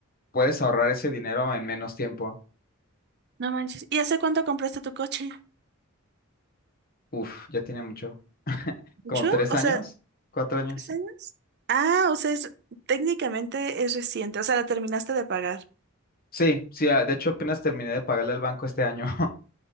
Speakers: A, on the left (about 45°); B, on the right (about 50°).
A: puedes ahorrar ese dinero en menos tiempo.
B: No manches. ¿Y hace cuánto compraste tu coche?
A: Uf, ya tiene mucho.
B: ¿Mucho?
A: ¿Como tres
B: O
A: años?
B: sea,
A: ¿Cuatro años?
B: ¿tres años? Ah, o sea, es, técnicamente es reciente, o sea, la terminaste de pagar.
A: Sí, sí, ah, de hecho apenas terminé de pagarle al banco este año. <laughs>